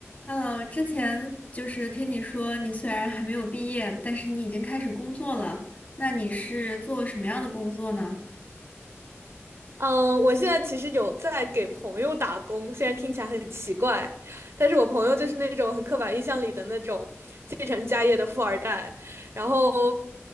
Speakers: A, on the left; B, on the right.
A: Hello，之前就是听你说你虽然还没有毕业，但是你已经开始工作了。那你是做什么样的工作呢？
B: 嗯，我现在其实有在给朋友打工，虽然听起来很奇怪，但是我朋友就是那种很刻板印象里的那种继承家业的富二代，然后